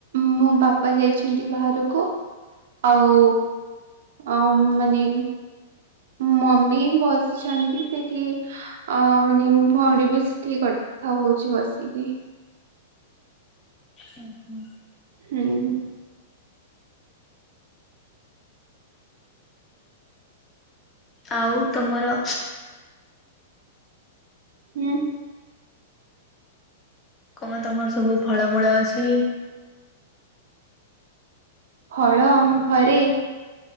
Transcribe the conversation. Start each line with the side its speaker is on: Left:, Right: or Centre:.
Right: ମୋ ବାପା ଯାଇଛନ୍ତି ବାହାରକୁ ଆଉ ଆଉ ମାନେ ମମି ବସିଛନ୍ତି ସେଇଠି ଅ ମାନେ ଭୋଉଣୀବି ସେଠି କଥା ହଉଚି ବସିକି।
Left: ଉଁ ହୁଁ।
Right: ହୁଁ।
Left: ଆଉ ତମର
Right: ଉଁ
Left: କଣ ତମର ସବୁ ଫଳମୂଳ ଅଛି?
Right: ଫଳ ଘରେ?